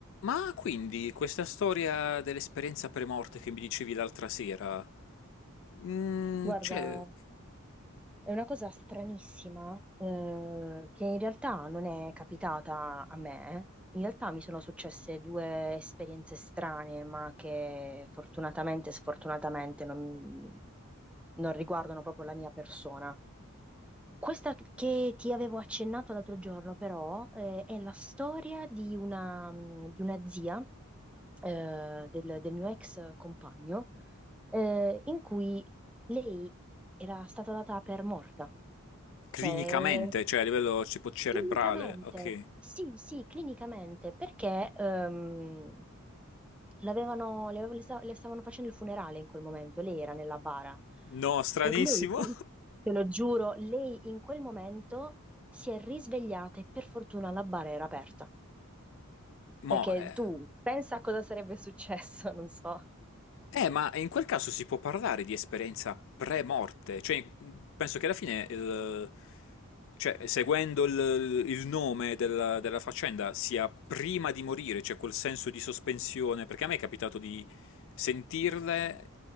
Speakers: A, on the left; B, in the centre.
A: Ma quindi questa storia dell'esperienza premorte che mi dicevi l'altra sera, mm,
B: Guarda,
A: cioè,
B: è una cosa stranissima, eh, che in realtà non è capitata a me. In realtà mi sono successe due esperienze strane, ma che fortunatamente e sfortunatamente non, non riguardano proprio la mia persona. Questa che ti avevo accennato l'altro giorno, però, eh, è la storia di una, di una zia eh, del, del mio ex compagno, eh, in cui lei era stata data per morta,
A: clinicamente,
B: cioè
A: cioè a livello tipo cerebrale,
B: clinicamente,
A: ok.
B: sì, sì, clinicamente, perché ehm, l'avevano, le, avev- le sta- le stavano facendo il funerale in quel momento, lei era nella bara
A: No, stranissimo.
B: e lei,
A: <laughs>
B: te lo giuro, lei in quel momento si è risvegliata e per fortuna la bara era aperta, perché
A: Mo, eh,
B: tu pensa a cosa sarebbe successo, <laughs> non so.
A: Eh, ma in quel caso si può parlare di esperienza pre-morte, cioè mh, penso che alla fine, il- cioè, seguendo il, il nome della, della faccenda, sia prima di morire, cioè quel senso di sospensione, perché a me è capitato di sentirle